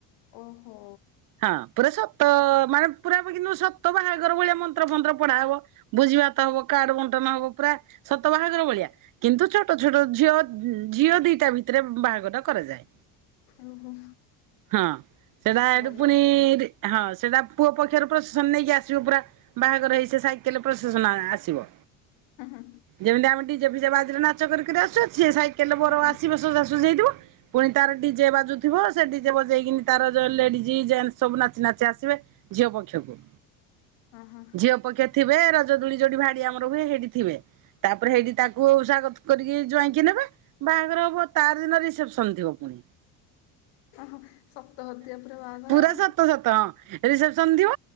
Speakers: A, on the left; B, on the right.
A: ଓହୋ।
B: ହଁ ପୁରା ସତ ମାନେ ପୁରା କିନ୍ତୁ ସତ ବାହାଘର ଭଳିଆ ମନ୍ତ୍ର ମନ୍ତ୍ର ପଢା ହବ। ବୁଝିବା ତ ହବ କା ଆଡୁ ବଣ୍ଟନ ହବ ପୁରା ସତ ବାହାଘର ଭଳିଆ କିନ୍ତୁ ଛୋଟ ଛୋଟ ଝିଅ ଝିଅ ଦିଟା ଭିତରେ ବାହାଘର କରାଯାଏ।
A: ଓହୋ।
B: ହଁ ସେଟା ଏଠୁ
A: ଭଲ
B: ପୁଣି ହଁ ସେଟା ପୁଅ ପକ୍ଷରୁ ପ୍ରଶାସନ ନେଇକି ଆସିବ ପୁରା ବାହାଘର ହେଇ ସାଇକେଲରେ ପ୍ରଶାସନ ଆସିବ।
A: ହୁଁ ହୁଁ
B: ଯେମିତି ଆମେ ଡିଜେ ଫିଜେ ବାଜିରେ ନାଚ କରିକରି ଆସୁ ସ ସାଇକେଲରେ
A: ହଁ
B: ବର ଆସିବ। ସୁଝା ହେଇଥିବା ପୁଣି ତାର ଡିଜେ ବାଜୁଥିବ ସେ ଡିଜେ ବଜେଇକିନି ତାର ଲେଡିଜ ଜେଣ୍ଟ ସବୁ ନାଚି ନାଚି ଆସିବେ। ଝିଅ ପକ୍ଷକୁ
A: ଓ ହୋ।
B: ଝିଅ ପକ୍ଷେ ଥିବେ ରଜଦୋଳି ଯୋ ଭାଡି ଆମର ହୁଏ ସେଇଠି ଥିବେ ତାପରେ ସେଇଠି ତାକୁ କରିକି ଜ <inaudible> ଆଇକି ନେବା ବାହାଘର ହବ ତାର ଦିନ ରିସେପସନ ଥିବ ପୁଣି।
A: ଓହୋ ସତ <unintelligible> ହଦିବା ପୁର ବାହାଘର।
B: ପୁରା ସତ ସତ ହଁ ରସେପସନ ଥିବ